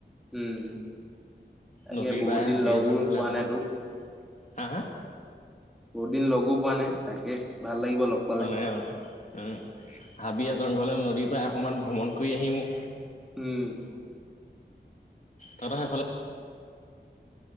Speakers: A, in the centre; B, on the left.
A: উম। তাকে
B: নদীৰ
A: বহুত
B: পাৰে
A: দিন
B: হাবিয়ে
A: লগো
B: জংঘলে
A: পোৱা
B: অকমান
A: নাই তোক
B: হা হা
A: বহুত দিন লগো পোৱা নাই তাকে ভাল লাগিব লগ পালে
B: <unintelligible> উম হাবিয়ে জংঘলে নদী পায়ে অকণমান ভ্ৰমণ কৰি আহিম ওম
A: উম
B: তহতৰ হে ফালে